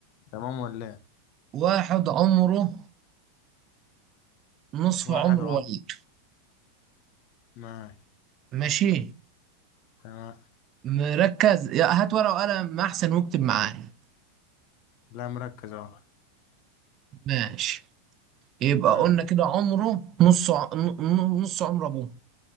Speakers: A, on the left; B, on the right.
A: تمام ولا ايه
B: واحد عمره نصف
A: واحد
B: عمر
A: عمر
B: والده
A: ماشي
B: ماشي
A: تمام
B: مركز يا هات ورقة وقلم أحسن واكتب معايا
A: لا مركز اهو
B: ماشي يبقى
A: ماشي
B: قلنا كده عمره نص ع... ن- نص عمر أبوه